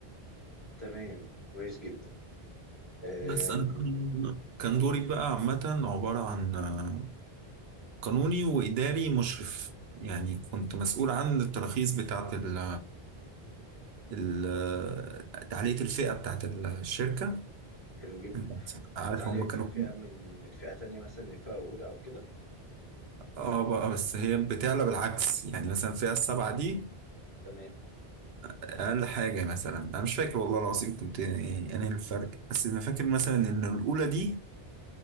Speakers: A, on the left; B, on the right.
A: تمام كويس جدا آم.
B: مم. بس انا كان دوري بقى عامه عباره عن آه، قانوني واداري مشرف يعني كنت مسؤول عن التراخيص بتاعه ال ال- تعلية الفئة بتاعت الشركة
A: حلو جدا
B: انت عارف
A: تعليقة
B: هم كانوا
A: الفئة من من فئة تانية مثلا لفئة أولى أو كده
B: اه بقى بس هي بتعلى بالعكس يعني مثلا الفئة السبعة دي
A: تمام
B: اقل حاجه مثلا انا مش فاكر والله العظيم كنت يعني انا الفرق بس انا فاكر مثلا ان الاولى دي